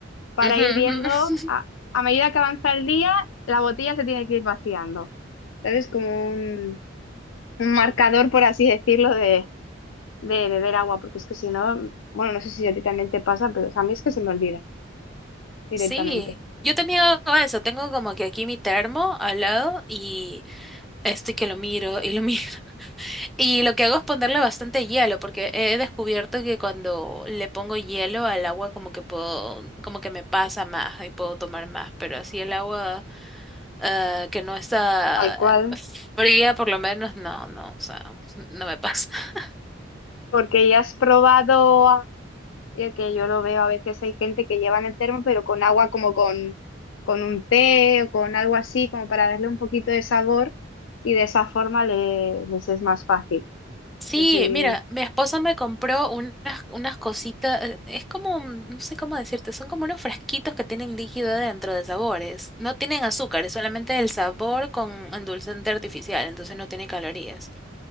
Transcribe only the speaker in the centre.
Ujú,
ujú.
<laughs>
Sí, yo también hago eso, tengo como que aquí mi termo al lado y estoy que lo miro y lo miro Y lo que hago es ponerle bastante hielo, porque he descubierto que cuando le pongo hielo al agua como que puedo, como que me pasa más y puedo tomar más, pero así el agua ah, que no está
fría por lo menos, no, no, o sea, no me pasa. <laughs>
Sí,
mira, mi esposa me compró unas, unas cositas, eh, es como, un- no sé cómo decirte, son como unos fresquitos que tienen líquido dentro de sabores, no tienen azúcar, es solamente el sabor con endulzante artificial, entonces no tiene calorías.